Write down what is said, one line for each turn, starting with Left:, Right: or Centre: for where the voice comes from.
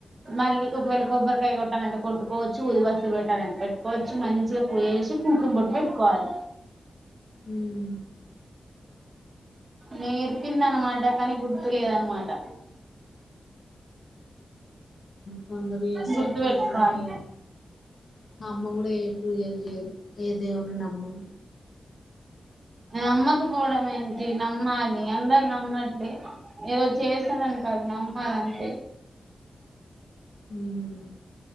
Right: మళ్ళీ ఒకవేళ కొబ్బరికాయ కొట్టాలంటే కొట్టుకోవచ్చు ఊది బస్తురు పెట్టాలంటే పెట్టుకోవచ్చు మంచిగా పూజ చేసి కుంకుమ పట్టు పెట్టుకోవాలి
Left: ఉమ్
Right: నేర్పింద అనమాట కానీ గుర్తులేదనమాట
Left: కొందరు చేస్తారు
Right: గుర్తు
Left: కొందరు
Right: పెట్టుకోవాలి
Left: చేయ్యరు మా అమ్మ కూడా ఏ పూజలు చేయదు ఏ దేవుణ్ణి నమ్మదు
Right: అమ్మాకు పోడం ఏంటి నమ్మాలి అందా నమ్మట్లే ఈరోజు చేసాడని కాదు నమ్మాలంటే
Left: మ్మ్